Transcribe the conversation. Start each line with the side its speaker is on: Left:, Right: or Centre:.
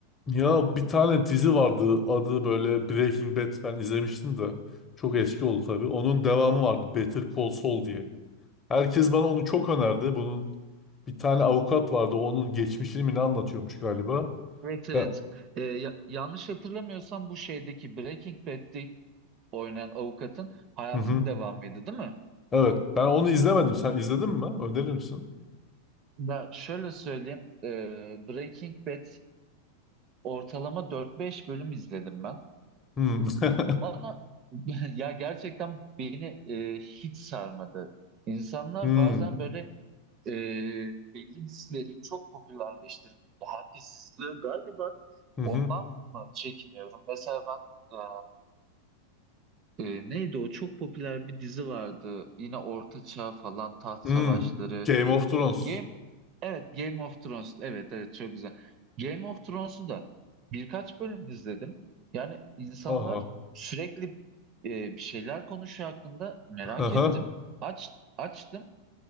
Left: Ya bir tane dizi vardı adı böyle Breaking Bad ben izlemiştim de çok eski oldu tabii. Onun devamı vardı Better Call Saul diye. Herkes bana onu çok önerdi. Bunun bir tane avukat vardı onun geçmişini mi ne anlatıyormuş galiba.
Right: Evet evet.
Left: Ben,
Right: Ee, ya- yanlış hatırlamıyorsam bu şeydeki Breaking Bad'de oynayan avukatın hayatının
Left: hı hı.
Right: devamıydı değil mi?
Left: Evet ben onu izlemedim. Sen izledin mi? Önerir misin?
Right: Ya şöyle söyleyeyim. e, Breaking Bad ortalama dört beş bölüm izledim ben.
Left: Hmm. <laughs>
Right: Bana <laughs> ya gerçekten beni e, hiç sarmadı. İnsanlar
Left: Hmm.
Right: bazen böyle e, belli dizileri çok popülerleştirip herkes izliyor. Galiba
Left: Hı
Right: ondan
Left: hı.
Right: mı çekiniyorum? Mesela ben e, Ee, neydi o? Çok popüler bir dizi vardı. Yine Orta Çağ falan, taht
Left: Hmm.
Right: savaşları.
Left: Game of Thrones.
Right: Game, evet Game of Thrones. Evet evet çok güzel. Game of Thrones'u da birkaç bölüm izledim. Yani insanlar
Left: Aha.
Right: sürekli e, bir şeyler konuşuyor hakkında merak
Left: Aha.
Right: ettim. Aç, açtım.